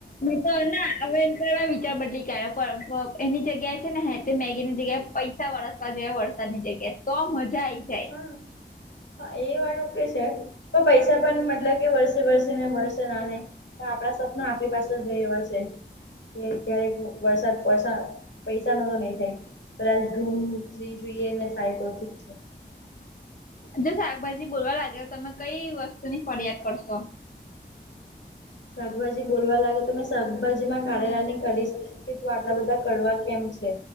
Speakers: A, on the left; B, on the left.
A: હ તો ના હવે એ કરવા વિચાર બદલી પણ એની જગ્યાએ છે ને મેગીની જગ્યાએ પૈસા વરસવા જોએ વરસાદની જગ્યાએ. તો મજા આઈ જાય
B: હા. હા એ વાળું કે છે, તો પૈસા પણ મતલબ કે વરસે વરસે ને વરસે ના નહી. તો આપણા સપના આપણી પાસે જ એવા છે. કે ક્યારેક વરસાદ વરસા પૈસા ન નઈ થાય. કદાચ ધૂમથી જોઈએ ને થાય તો ઠીક છે.
A: જો શાકભાજી બોલવા લાગે તો તમે કઈ વસ્તુ ની ફરિયાદ કરશો?
B: શાકભાજી બોલવા લાગે તો શાકભાજી માં કાર્યલાની કરીશ, કે તું આટલા બધા કરવા કેમ છે.